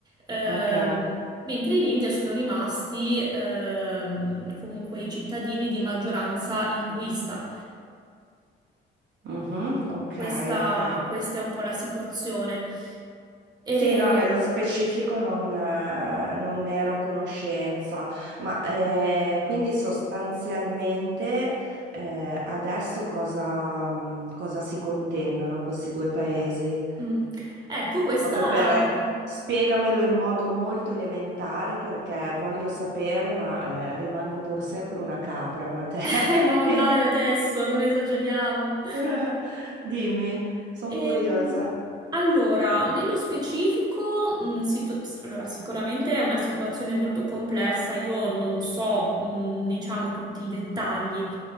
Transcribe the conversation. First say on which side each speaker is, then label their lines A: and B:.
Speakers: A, on the right (about 20°); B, on the right (about 65°).
A: Ehm,
B: ok.
A: mentre in India sono rimasti ehm, comunque i cittadini di maggioranza induista.
B: Mhm, ok,
A: Questa,
B: ok.
A: questa è un po' la situazione. E,
B: Sì, no, nello specifico non, eh, non ne ero a conoscenza, ma eh, quindi sostanzialmente eh, adesso cosa, mh, cosa si contendono questi due paesi?
A: mm, ecco, questa...
B: Proprio
A: <laughs>
B: per spiegamelo in modo molto elementare perché voglio sapere, ma eh, rimango pur sempre una capra in materia.
A: Eh no,
B: <laughs> quindi-
A: dai, adesso non esageriamo.
B: <laughs> Dimmi, sono
A: Ehm,
B: curiosa.
A: allora, nello specifico, mh, situ- s- allora, sicuramente è una situazione molto complessa, io non so, mh, diciamo, tutti i dettagli,